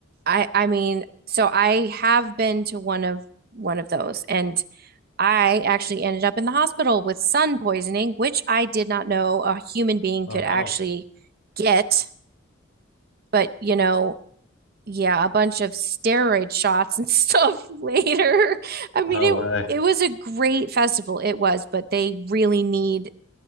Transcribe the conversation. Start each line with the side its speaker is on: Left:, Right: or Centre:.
Right: I I mean, so I have been to one of one of those and I actually ended up in the hospital with sun poisoning, which I did not know a human being
Left: Oh
Right: could
Left: no,
Right: actually get, but you know, yeah, a bunch of steroid shots and stuff <laughs> later. I mean,
Left: no
Right: it
Left: way.
Right: it was a great festival, it was, but they really need